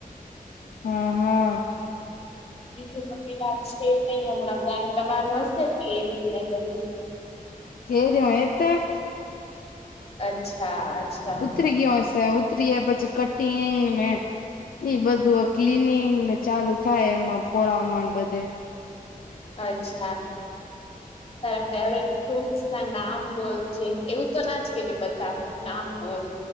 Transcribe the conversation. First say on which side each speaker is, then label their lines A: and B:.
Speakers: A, on the left; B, on the left.
A: હા હા
B: બીજું કફિલાલ છે નહી હમણાં કારણ તમારું હશે કે એ રને બધું
A: કેરી એતા
B: અચ્છા અચ્છા
A: ઉતરીિકવાશે ઉતરીિયા પછી કટંગ મે ઈ બધું ક્લિનિંગને ચાલુ થાય એમાં પળામાન બધે
B: અચ્છા તારું ફેવરિટ ના નામ બોલ છે એવું તો ના જ કે છે બધા નામ બોલ